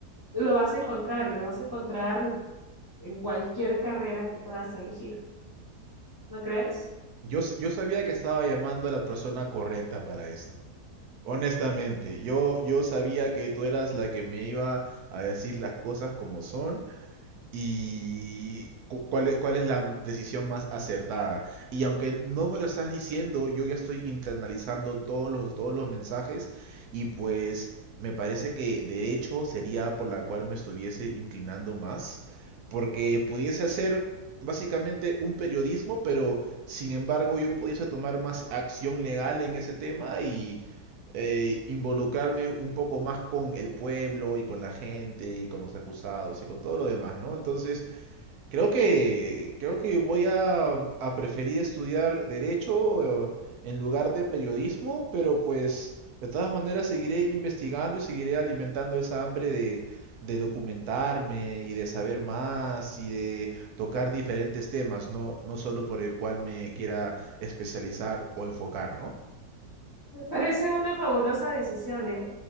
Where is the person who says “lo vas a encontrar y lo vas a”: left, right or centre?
Left